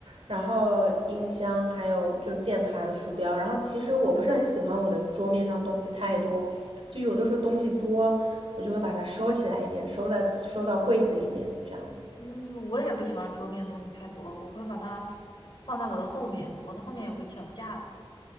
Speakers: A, on the right; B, on the left.
A: 然后音箱，还有就键盘、鼠标。然后其实我不是很喜欢我的桌面上东西太多，就有的时候东西多，我就会把它收起来一点，收在收到柜子里面这样子。
B: 嗯，我也不喜欢桌面东西太多，我会把它放在我的后面，我的后面有个小架子。